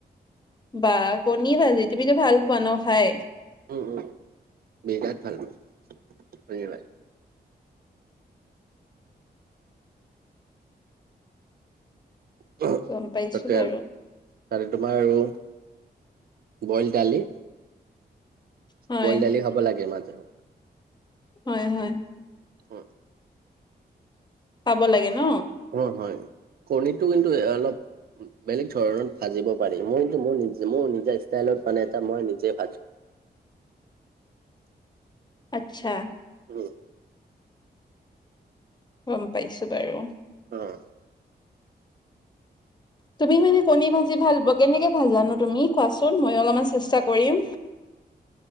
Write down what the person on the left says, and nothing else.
বাহ কণী ভাজি তুমিতো ভাল পোৱা ন খাই?
গম পাইছো
বাৰু
হয়
হয় হয়।
খাব লাগে ন?
আচ্ছা।
গম পাইছো বাৰু?
তুমি মানে কণী ভাজি ভাল পোৱা। কেনেকে ভাজানো তুমি কোৱাচোন? ময়ো অলপমান চেষ্টা কৰিম।